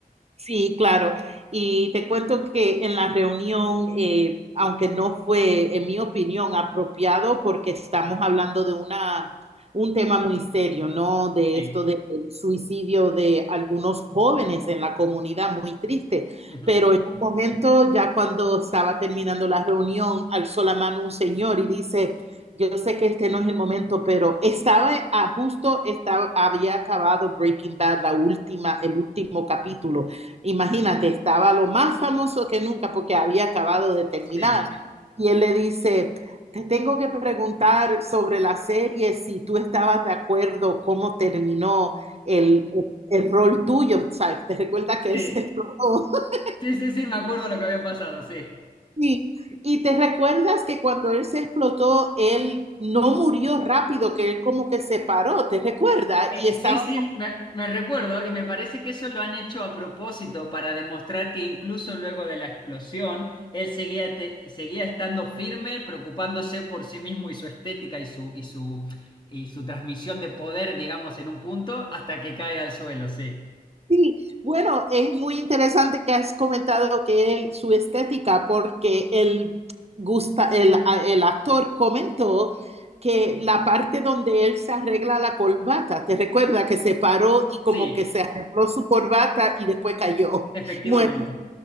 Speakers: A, on the right (about 40°); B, on the left (about 30°).
A: Sí, claro. Y te cuento que en la reunión, eh, aunque no fue, en mi opinión, apropiado, porque estamos hablando de una, un tema muy serio, ¿no? De
B: Sí.
A: esto del suicidio de algunos jóvenes en la comunidad, muy triste.
B: Ujú.
A: Pero en un momento, ya cuando estaba terminando la reunión, alzó la mano un señor y dice, yo sé que este no es el momento, pero estaba a- justo, estaba, había acabado Breaking Bad, la última, el último capítulo. Imagínate, estaba lo más famoso que nunca porque había acabado de terminar.
B: Sí,
A: Y él le dice, te tengo que preguntar sobre la serie, si tú estabas de acuerdo cómo terminó el, el rol tuyo, ¿sabes? ¿Te recuerdas que
B: sí.
A: él se explotó? <laughs>
B: Sí, sí, sí, me acuerdo lo que había pasado, sí.
A: Sí. Y te recuerdas que cuando él se explotó, él no murió rápido, que él como que se paró, ¿te recuerdas?
B: Eh,
A: Y
B: eh,
A: estaba
B: sí, sí, me, me recuerdo y me parece que eso lo han hecho a propósito para demostrar que incluso luego de la explosión, él seguía, te- seguía estando firme, preocupándose por sí mismo y su estética y su, y su, y su transmisión de poder, digamos, en un punto, hasta que cae al suelo, sí.
A: Sí, bueno, es muy interesante que has comentado que él, su estética, porque el, gusta, el, el actor comentó que la parte donde él se arregla la corbata, te recuerda que se paró y como
B: Sí,
A: que se arregló su corbata y después cayó
B: efectivamente.
A: <laughs> Bueno,